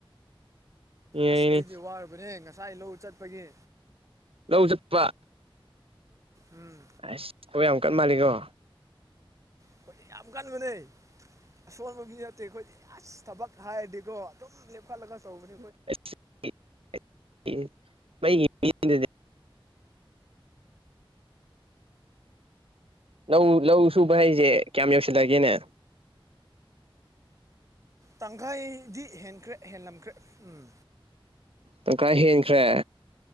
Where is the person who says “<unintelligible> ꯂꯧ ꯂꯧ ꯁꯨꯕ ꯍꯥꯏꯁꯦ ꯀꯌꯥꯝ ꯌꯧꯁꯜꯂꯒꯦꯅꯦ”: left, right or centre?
Right